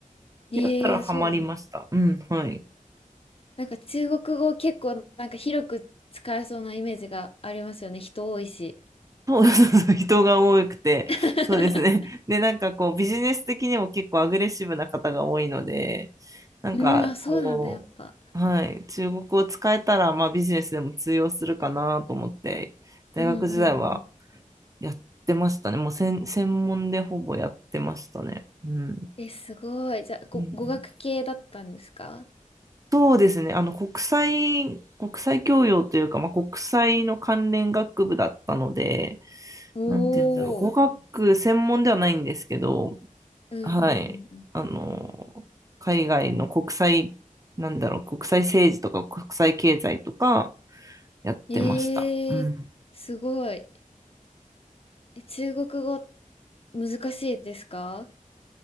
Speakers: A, on the left; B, on the right.
A: ん。
B: やったらハマりました。
A: ええーそうなんだ。
B: うん、はい。
A: なんか中国語結構なんか広く使えそうなイメージがありますよね。人多いし。
B: そうそうそう、人が多くて、
A: <laughs>
B: そうですね。で、なんかこう、ビジネス的にも結構アグレッシブな方が多いので、なんかこう、
A: うん、あ、そうなんだ、やっぱ。
B: はい、中国を使えたら、まあビジネスでも通用するかなと思って、大学時代は
A: うんうんうん。
B: やってましたね。もう専、専門でほぼやってましたね。うん。
A: え、すごい。じゃあ、ご、
B: うん
A: 語学系だったんですか
B: そうですね。あの、国際、国際教養というか、まあ、国際の関連学部だったので、
A: おおー。
B: なんて言うんだろう。語学専門ではないんですけど、
A: うんうんうん
B: はい。あの、海外の国際、なんだろう、国際政治とか国際経済とかやってました。
A: うん。えー、
B: うん
A: すごい。え、中国語難しいですか